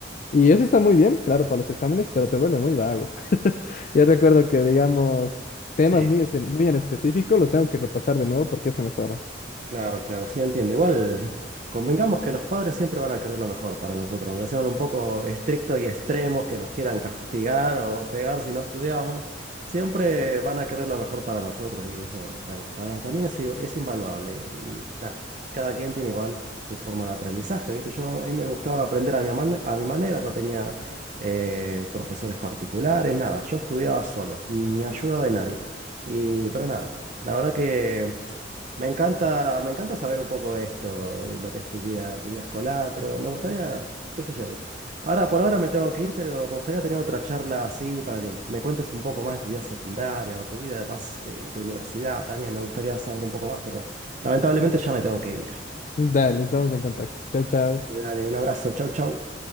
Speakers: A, on the left (about 40°); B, on the right (about 40°).
A: y eso está muy bien, claro, para los exámenes, pero te vuelve muy vago. <laughs> Yo recuerdo que, digamos, temas
B: Sí,
A: muy,
B: sí.
A: es- muy en específico los tengo que repasar de nuevo porque ya se me fueron.
B: Claro, claro, sí entiendo. Igual, convengamos que los padres siempre van a querer lo mejor para nosotros, aunque sean un poco estrictos y extremos, que nos quieran castigar o pegar si no estudiamos, siempre van a querer lo mejor para nosotros y eso también, ta- también es, i- es invaluable. Y nada, cada quien tiene igual su forma de aprendizaje, ¿viste? Yo a mí me gustaba aprender a mi, aman- a mi manera, no tenía eh, profesores particulares, nada, yo estudiaba solo, ni ayuda de nadie. Y, pero nada, la verdad que... Me encanta, me encanta saber un poco esto, de lo que es tu vida, tu vida escolar, pero me gustaría, qué sé yo. Ahora, por ahora me tengo que ir, pero me gustaría tener otra charla así para que me cuentes un poco más de tu vida secundaria o tu vida más de, de universidad también. Me gustaría saber un poco más, pero lamentablemente ya me tengo que ir.
A: Dale, estamos en contacto. Chao, chao.
B: Dale, dale, un abrazo, chau, chau.